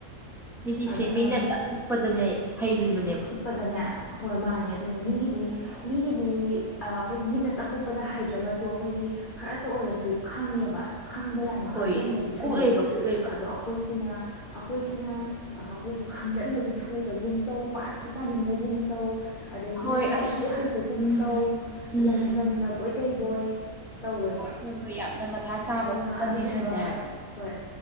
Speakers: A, in the centre; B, on the left.
A: ꯃꯤꯗꯤꯁꯦ
B: ꯑꯗꯨꯅ
A: ꯃꯤꯠꯅ ꯇꯞꯄꯗꯅꯦ ꯍꯩꯔꯤꯕꯅꯦꯕ
B: ꯀꯨꯞꯄꯗꯅꯦ ꯍꯣꯏ ꯃꯥꯅꯦ ꯑꯗꯨꯅꯦ ꯃꯤꯒꯤꯗꯤ ꯃꯤꯒꯤꯗꯤ ꯑꯈꯣꯏꯒꯤ ꯃꯤꯠꯅ ꯇꯛ ꯀꯨꯞꯄꯗ ꯍꯩꯗ꯭ꯔꯒꯁꯨ ꯑꯈꯣꯏꯒꯤ ꯈꯔꯇ ꯑꯣꯏꯔꯁꯨ ꯈꯪꯉꯦꯕ ꯈꯪꯕ ꯌꯥꯝꯅ
A: ꯍꯣꯏ
B: ꯈꯪꯖꯤꯟꯕꯁꯦ ꯊꯨꯏꯌꯦꯕ
A: ꯀꯣꯛ ꯂꯩꯕ ꯀꯣꯛ ꯂꯩꯕ
B: ꯑꯗꯣ ꯑꯈꯣꯏꯁꯤꯅ ꯑꯈꯣꯏꯁꯤꯅ ꯑꯈꯣꯏꯒꯤ ꯈꯪꯖꯟꯕꯁꯨ ꯊꯨꯗꯒꯨꯝ ꯇꯧ ꯄꯥꯁꯨ ꯄꯥꯅꯤꯡꯗꯒꯨꯝ ꯇꯧ ꯑꯗꯩꯗꯤ
A: ꯍꯣꯏ
B: ꯍꯩꯁꯨ
A: ꯑꯁ
B: ꯍꯩꯇꯒꯨꯝ
A: ꯎꯝ
B: ꯇꯧ
A: ꯎꯝ
B: ꯌꯥꯟꯖꯟꯅꯕꯣꯏ ꯀꯩꯕꯣꯏ ꯇꯧꯋꯦꯕ
A: ꯑꯁ ꯍꯣꯏ ꯍꯣꯏ ꯌꯥꯝꯅ ꯃꯊꯥ ꯁꯥꯕ
B: ꯑꯗꯨꯅ
A: ꯀꯟꯗꯤꯁꯟꯅꯦ
B: ꯑꯗꯨꯒꯨꯝꯕ
A: ꯍꯥꯏꯕ
B: ꯍꯣꯏ